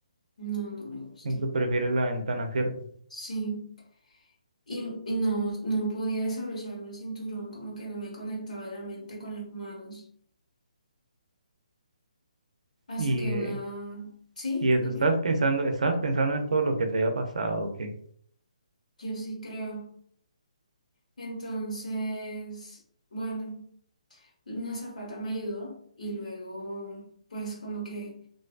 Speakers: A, on the left (about 85°); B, on the right (about 65°).
A: No, no me gusta.
B: Siempre prefieres la ventana, ¿cierto?
A: Sí, y, y no, no podía desabrocharme el cinturón, como que no me conectaba la mente con las manos. Hasta
B: Y,
A: que
B: eh,
A: una... Sí,
B: y eso,
A: dime.
B: estabas pensando, estabas pensando en todo lo que te había pasado, ¿o qué?
A: Yo sí creo. Entonces, bueno, una azafata me ayudó y luego, pues como que